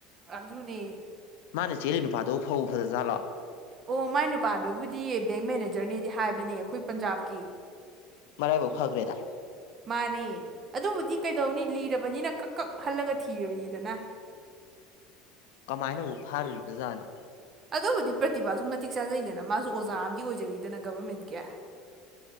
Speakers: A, on the right; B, on the left.
A: ꯑꯗꯨꯅꯦ
B: ꯃꯥꯅ ꯆꯦꯜꯂꯤ ꯅꯨꯄꯥꯗꯨ ꯐꯕꯨ ꯐꯖꯖꯥꯠꯂꯣ
A: ꯑꯣ ꯃꯥꯏ ꯅꯨꯄꯥꯗꯨꯕꯨꯗꯤ ꯕꯦꯡ ꯃꯦꯅꯦꯖꯔꯅꯦꯗꯤ ꯍꯥꯏꯕꯅꯦ ꯑꯩꯈꯣꯏ ꯄꯟꯖꯥꯞꯀꯤ
B: ꯃꯔꯥꯏꯕꯥꯛ ꯐꯈ꯭ꯔꯦꯗ
A: ꯃꯥꯅꯦ ꯑꯗꯨꯕꯨꯗꯤ ꯀꯩꯗꯧꯅꯤ ꯂꯤꯔꯕꯅꯤꯅ ꯀꯛ ꯀꯛ ꯍꯜꯂꯒ ꯊꯤꯔꯕꯅꯤꯗꯅ
B: ꯀꯃꯥꯏꯅꯕꯨ ꯐꯥꯔꯨꯔꯤꯕꯖꯥꯠꯅꯣ
A: ꯑꯗꯨꯕꯨꯗꯤ ꯄ꯭ꯔꯇꯤꯚꯥꯁꯨ ꯃꯇꯤꯛ ꯆꯥꯖꯩꯗꯅ ꯃꯥꯁꯨ ꯑꯣꯖꯥ ꯑꯃꯗꯤ ꯑꯣꯏꯖꯔꯤꯗꯅ ꯒꯕꯔꯃꯦꯟ ꯀꯦ